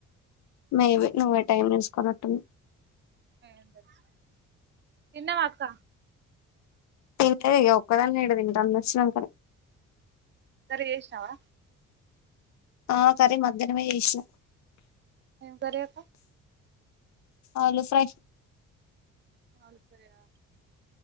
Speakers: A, on the left; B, on the right.
A: మేబి నువ్వే టైం చూసుకొనట్టుంది
B: అయుండొచ్చు తిన్నవా అక్క
A: తిన్లే ఇగ ఒక్కదాన్ని ఈడ తింట అన్నోచ్చినంకనే
B: కర్రి చేశినవా
A: ఆ కర్రి మధ్యాహ్నమే చేశినా
B: ఏం కర్రి అక్క
A: ఆలూ ఫ్రై
B: ఆలు ఫ్రై ఆ